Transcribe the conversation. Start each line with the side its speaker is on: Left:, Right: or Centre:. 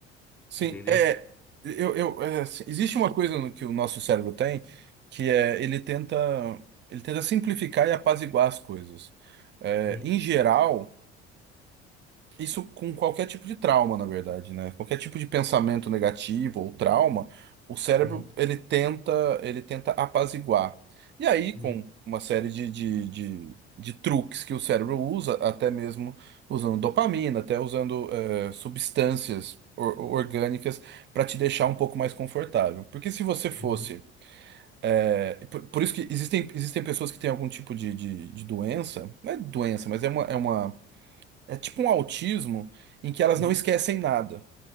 Right: Sim,
Centre: entendeu?
Right: é. Eu, eu, é, assim, existe uma coisa no que o nosso cérebro tem, que é ele tenta, ele tenta simplificar e apaziguar as coisas. É,
Centre: Uhum,
Right: em geral. Isso com qualquer tipo de trauma, na verdade, né? Qualquer tipo de pensamento negativo ou trauma, o cérebro
Centre: uhum,
Right: ele tenta, ele tenta apaziguar. E aí,
Centre: uhum,
Right: com uma série de, de, de, de truques que o cérebro usa, até mesmo usando dopamina, até usando eh, substâncias or- orgânicas para te deixar um pouco mais confortável. Porque se você fosse
Centre: uhum,
Right: eh, por, por isso que existem, existem pessoas que têm algum tipo de, de, de doença, não é doença, mas é uma, é uma é tipo um autismo em que elas
Centre: uhum,
Right: não esquecem nada.